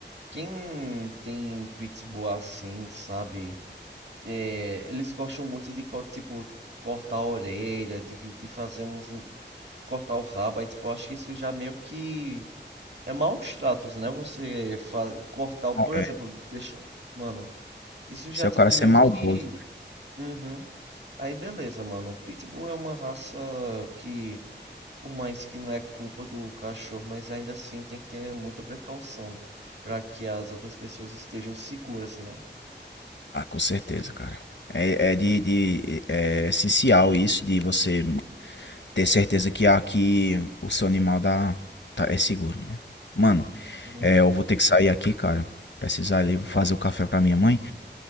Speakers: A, on the right; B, on the left.
A: quem tem pitbull assim, sabe? é, eles gostam muito de co- tipo cortar a orelha, de, de fazer um cortar o rabo, aí tipo, eu acho que isso já meio que é maus tratos, né? Você fa- cortar, o- por
B: É,
A: exemplo, deixa, mano, isso já
B: se é
A: tipo
B: o cara ser
A: meio
B: maldoso.
A: que uhum. Aí beleza, mano. O Pitbull é uma raça que por mais que não é culpa do cachorro, mas ainda assim tem que ter muita precaução para que as outras pessoas estejam seguras, né?
B: Ah, com certeza, cara. É, é de, de- é é essencial isso de você ter certeza que aqui o seu animal dá, tá, é seguro, né? Mano,
A: Uhum.
B: é, eu vou ter que sair aqui, cara. Precisar ali fazer o café pra minha mãe,